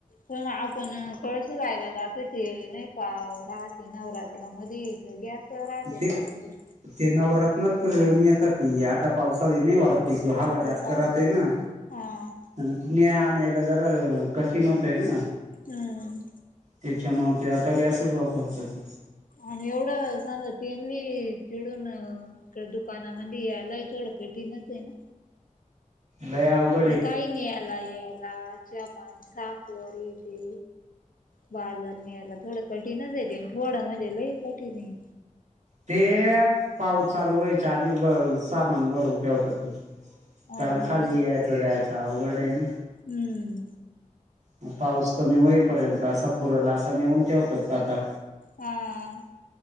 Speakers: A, on the left; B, on the right.
A: पण आपण कळसूबाईला जातो. ते नाही का राहते, नवरात्र मध्ये. गॅस तर राहतेत
B: ते
A: ना तिकडं?
B: ते नवरत्नात नेतात ती. आता पावसाळी नाही वापरत. तिथं हवा
A: हा
B: जास्त
A: पावसाळ्यात
B: राते ना.
A: हा
B: अन्, न्या-आणायला जरा कठीण होतंय ना.
A: हम्.
B: त्याच्यामुळे, ते आता गॅसच वापरतात.
A: आणि एवढं सांजा, तेंनी तिडून इकड दुकानामंदी यायलाही थोडं कठीणंचय नं?
B: लय आवघ
A: आता काय नाई याला यायला च्या-पाणी, साखर, हे ते. बाजारनं यायला थोडं कठीणचय ते. अन् थोडं म्हणजे लय कठीणय.
B: ते हे, पाऊस चालू व्हायच्या आधीच भ सामान भरून ठेवतात ते.
A: हा
B: कारण खाली
A: तेच
B: यायचं-जायाचं आवघडय ना.
A: हम्म
B: मग पाऊस कमी होईपर्यंत, असा पुरला असा नेऊन ठेवतात आता.
A: हा,